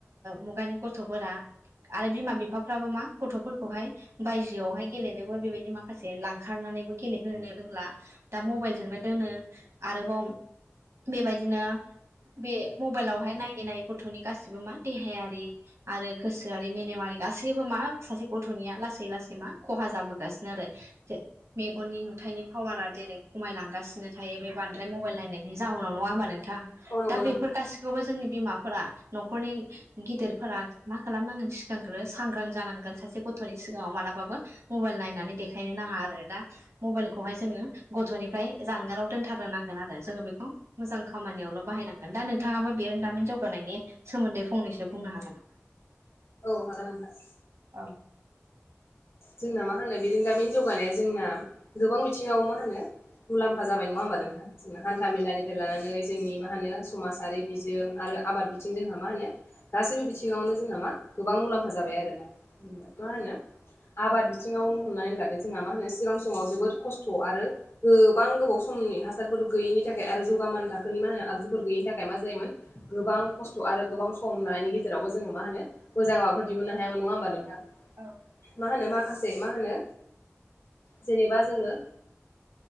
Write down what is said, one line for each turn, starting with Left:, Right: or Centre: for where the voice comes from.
Right: मुगानि। गथ'फोरा। आरो बिमा बिफाफ्राबो मा गथ'फोरखौहाय बायजोआवहाय गेलेनोबो बेबायदि माखासे लांखारनानै। नानैबो गेलेहोनो रोंला दा मबाइलजोंनो दोनो आरोबाव। बेबायदिनो। बे मबाइलावहाय नायै नायै गथ'नि गासिबो मा देहायारि आरो गोसोआरि मेलेमारि। गासैबो मा सासे गथ'निया लासै लासै मा खहा जाबोगासिनो आरो मेगननि नु नुथायनि पावारा दिनै खमायलांगासिनो थायो बे बांद्राय मबाइल नायनाय। जाहोननाव नङा होमबा नोंथां
Left: औ नंगौ
Right: दा
Left: नोंथां
Right: बेफोर गासिखौबो। जोंनि बिमाफोरा न'खरनि गिदिरफोरा मा खालामनांगोन सिगांग्रो सांग्रां जानांगोन सा से गथ'नि सिगाङाव मालाबाबो मबाइल नायनानै देखायनो नाङा आरो दा मबाइलखौहाय जोङो ग गथ'निफ्राय जानगाराव दोनथारनो नांगोन आरो जोङो बेखौ। मोजां खामानियावल' बाहायनांगोन दा नोंथाङाबो बेरोंदामिन जौगानायनि सोमोन्दै फंनैसो बुंनो हागोन नामा।
Left: औ हागोन नोंथां।
Right: औ।
Left: जोंना मा। मा होनो बिदि दामिनि जौगानाया जोंना गोबां बिथिङाव मा होनो मुलाम्फा जाबाय नङा होमबा नोंथां। जों हान्था मेलानिफ्राय लानानै। जोंनि मा होनो समाजारि बिजों आरो आबाद बिथिं जोंहा मा होनो गासैबो बिथिङावनो जोंहा मा। गोबां मुलाम्फा जाबाय आरोना मा होनो। आबाद बिथिङाव हमनानै लादो जोंहा मा होनो सिगां समाव जोबोद खस्थ' आरो गोबां गोबाव समनि। हासारफोर गैयैनि थाखाय आरो जौगामान थाखोनि मा होनो आगजुफोर गैयिनि थाखाय मा जायोमोन गोबां खस्थ' आरो। गोबां सम लानायनि गेजेरावबो जोङो मा होनो मोजां माबाफोर दिहुननो हायामोन नङा होमबा नोंथां।
Right: औ।
Left: मा होनो माखासे मा होनो जेनेबा जोङो।